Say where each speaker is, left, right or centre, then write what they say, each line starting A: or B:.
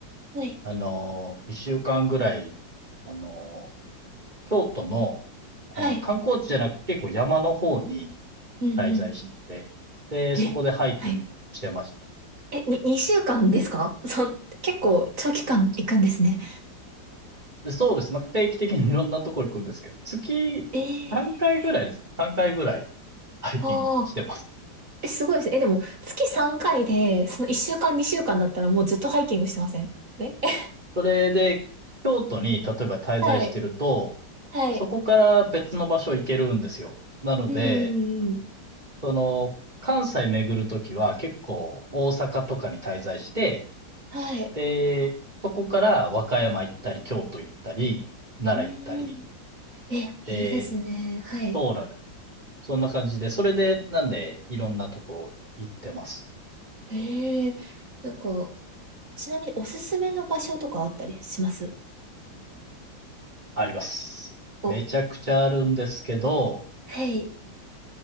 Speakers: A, on the right; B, on the right.
A: はい。
B: あの、一週間ぐらい、あの、京都の、あの、
A: はい。
B: 観光地じゃなくて結構山の方に
A: うん
B: 滞在してて、
A: うん。
B: で、
A: え、
B: そこでハイキングしてました。
A: はい。え、に、2週間ですか <laughs> そう結構長期間行くんですね。
B: でそうですね。定期的にいろんなとこ行くんですけど、月3回ぐらいですかね。
A: ええ
B: 3回ぐらいハイキングしてます。
A: ー。ああ。え、すごいですねえ、でも、月3回で、その1週間、2週間だったらもうずっとハイキングしてませんあれ <laughs>
B: それで、京都に例えば滞在してると、
A: はい。はい。
B: そこから別の場所行けるんですよ。なので、
A: うーん。
B: その、関西巡るときは結構大阪とかに滞在して、
A: はい。
B: で、そこから和歌山行ったり、京都行ったり、奈良行ったり、
A: うーん。え、いいですね。
B: で、
A: はい。
B: そうなんですよ。そんな感じで、それで、なんで、いろんなとこ行ってます。
A: へえ。なんか、ちなみにおすすめの場所とかあったりします
B: あります。
A: お、
B: めちゃくちゃあるんですけど、
A: はい。